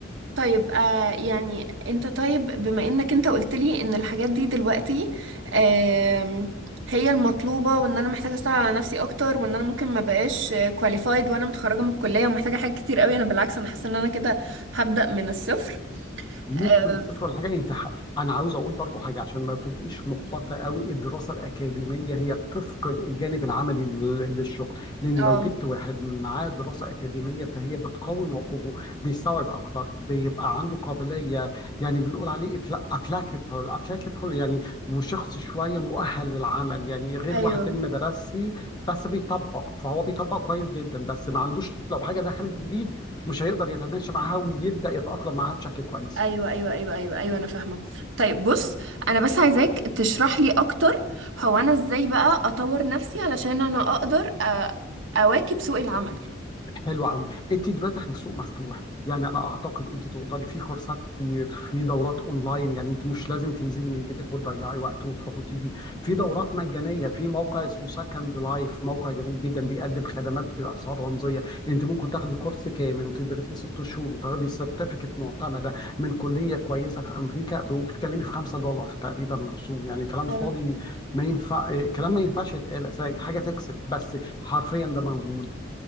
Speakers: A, on the right; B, on the left.
A: طيب آه يعني انت طيب بما انك انت قلت لي ان الحاجات دي دلوقتي آم، هي المطلوبة وان انا محتاجة اشتغل على نفسي اكتر وان انا ممكن ما بقاش كواليفايد وانا متخرجة من الكلية ومحتاجة حاجات كتير قوي انا بالعكس انا حاسة ان انا كده هبدأ من الصفر
B: مش
A: اه
B: من الصفر ولا حاجه انت ح... انا عاوز اقول برضو حاجه عشان ما تبقيش محبطه قوي الدراسه الاكاديميه هي بتثقل الجانب العملي لل- للشغل لان
A: آه،
B: لو جبت واحد معاه دراسه اكاديميه فهي بتقوي موقفه بيستوعب اكتر بيبقى عنده قابليه يعني بنقول عليه ابلاكابل ابلاكابل يعني وشخص شويه مؤهل للعمل يعني غير
A: ايوه
B: واحد تاني ما درسش بس بيطبق فهو بيطبق كويس جدا بس ما عندوش لو حاجه دخلت جديد مش هيقدر يتماشى معاها ويبدأ يتأقلم معاها بشكل كويس
A: ايوه ايوه ايوه ايوه ايوه انا فاهمه طيب بص انا بس عايزاك تشرح لي اكتر هو انا ازاي بقى اطور نفسي علشان انا اقدر أ- اواكب سوق العمل
B: حلو قوي انت دلوقتي احنا في سوق مفتوح يعني انا اعتقد انت تقدري في كورسات كتير في دورات اونلاين يعني انت مش لازم تنزلي من بيتك وتضيعي وقت وتروحي وتيجي في دورات مجانيه في موقع اسمه سكند لايف موقع جميل جدا بيقدم خدمات باسعار رمزيه انت ممكن تاخدي كورس كامل وتدرسي ست شهور وتاخدي سيرتيفيكت معتمده من كليه كويسه في امريكا وبتتكلمي في 5 دولار تقريبا رسوم يعني كلام
A: اه
B: فاضي ما ينفع كلام ما ينفعش يتقال أساساً، حاجه تكسب بس حرفيا ده موجود